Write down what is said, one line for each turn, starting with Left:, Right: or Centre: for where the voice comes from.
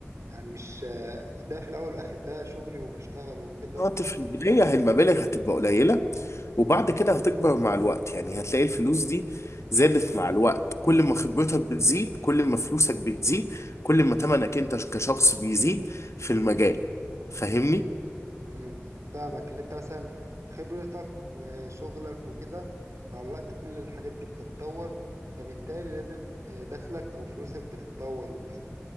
Right: يعني مش ده في الأول والآخر ده شغلي وبشتغل وكده
Left: انت في البداية هي المبالغ هتبقى قليلة وبعد كده هتكبر مع الوقت يعني هتلاقي الفلوس دي زادت مع الوقت كل ما خبرتك بتزيد كل ما فلوسك بتزيد كل ما تمنك انت كشخص بيزيد في المجال فاهمني؟
Right: امم امم فاهمك اللي أنت مثلا خبرتك وشغلك وكده مع الوقت كل الحاجات دي بتتطور فبالتالي لازم آه، دخلك أو فلوسك بتتطور وكده